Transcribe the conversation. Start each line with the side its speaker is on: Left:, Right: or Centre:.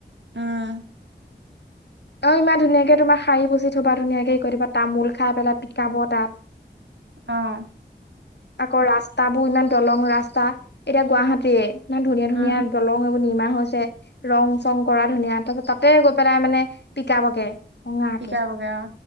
Right: উম
Left: আও ইমান ধুনীয়াকে তোমাৰ শাৰী পোচি থবা ধুনীয়াকে কৰি থবা তামোল খাই পেলাই পিকাব তাত -
Right: অ'।
Left: আকৌ ৰাস্তাবোৰ ইমান দলং ৰাস্তা এতিয়া গুৱাহাটীয়ে। ইমান ধুনীয়া ধুনীয়া
Right: উম
Left: দলং এইবোৰ নিৰ্মান হৈছে। ৰং চং কৰা ধুনীয়া তাৰপিছত তাতে গৈ পেলাই মানে পিকাবগে। ভঙাকে।
Right: পিকাবগে অ